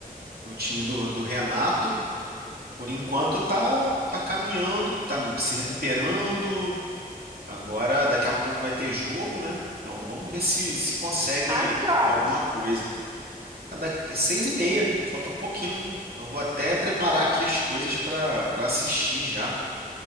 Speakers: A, on the right (about 80°); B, on the right (about 35°).
A: no time do, do Renato. Por enquanto tá, tá caminhando, tá se recuperando. Agora, daqui a pouco vai ter jogo, né? Então vamos ver se, se consegue
B: Ah, que horas?
A: alguma coisa. Ah, Daqui é seis e meia, falta pouquinho. Então vou até preparar
B: Tá-
A: aqui as coisas para para assistir já. Tá